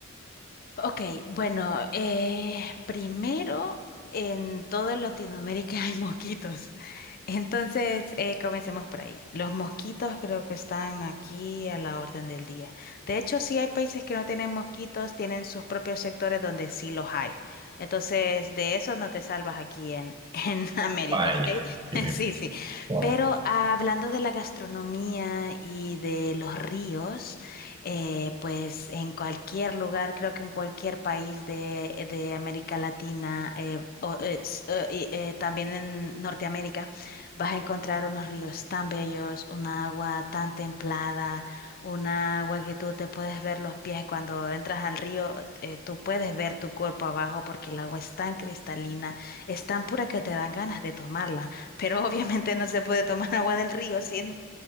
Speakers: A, on the left; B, on the right.
A: Ok, bueno, eh, primero en toda Latinoamérica hay mosquitos. <laughs> Entonces, eh, comencemos por ahí. Los mosquitos creo que están aquí a la orden del día. De hecho, sí hay países que no tienen mosquitos, tienen sus propios sectores donde sí los hay. Entonces, de eso no te salvas aquí en, en <laughs> América,
B: Vaya,
A: ¿ok?
B: que-
A: <laughs> Sí, sí.
B: Joder.
A: Pero ah, hablando de la gastronomía y de los ríos eh, pues en cualquier lugar, creo que en cualquier país de, de América Latina, eh, o, eh, s- eh, y, eh, también en Norteamérica, vas a encontrar unos ríos tan bellos, una agua tan templada, una agua que tú te puedes ver los pies cuando entras al río, eh, tú puedes ver tu cuerpo abajo porque el agua es tan cristalina, es tan pura que te dan ganas de tomarla, pero <laughs> obviamente no se puede tomar agua del río sin